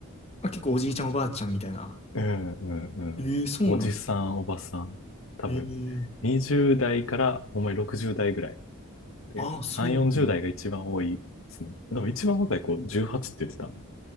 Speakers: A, on the left; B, on the left.
A: あ、結構おじいちゃんおばあちゃんみたいな。
B: うんうんうん。
A: ええそうなんや。
B: おじさん、おばさん。多分、
A: ええ
B: 20代からほんまに60代ぐらい。で、
A: ああ、そうなんや。
B: 3、40代が一番多いですね。でも一番若い子18って言ってたの。